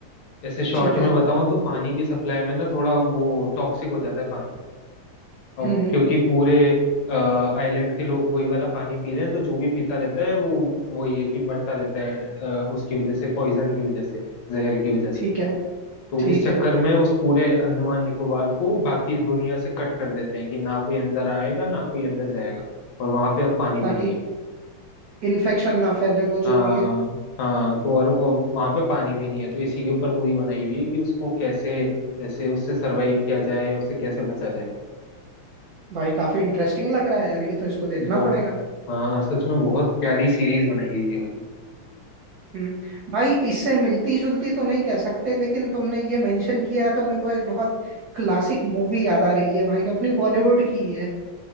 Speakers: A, on the left; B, on the right.
A: जैसे शॉर्ट
B: ठीक है
A: में बताऊं तो पानी की सप्लाई में ना थोड़ा वो टॉक्सिक हो जाता है पानी अब
B: हम्म हम्म
A: क्योंकि पूरे आइलैंड के लोग वही वाला पानी पी रहे हैं तो जो भी पीता रहता है वो वही है कि मरता रहता है अ, उसकी वजह से पॉइजन की वजह से जहर की वजह से
B: ठीक है
A: तो
B: ठीक
A: इस चक्कर
B: है
A: में उस पूरे अंडमान निकोबार को बाकी दुनिया से कट कर देते हैं कि ना कोई अंदर आएगा ना कोई अंदर जाएगा और वहां पे अब पानी
B: ताकि
A: भी नहीं है
B: इन्फेक्शन ना फैले वो
A: हाँ
B: जो भी है
A: हाँ तो और, और वहां पे पानी भी नहीं है तो इसी के ऊपर पूरी बनाई हुई है कि उसको कैसे ऐसे उससे सरवाइव किया जाए या उससे कैसे बचा जाए
B: भाई काफी इंटरेस्टिंग लग रहा है यार ये तो इसको देखना
A: वो
B: पड़ेगा
A: हाँ सच में बहुत प्यारी सीरीज बनाई है ये वाली
B: हम्म भाई इससे मिलती जुलती तो नहीं कह सकते लेकिन तुमने ये मेंशन किया है तो मेरे को एक बहुत क्लासिक मूवी याद आ रही है भाई अपनी बॉलीवुड की ही है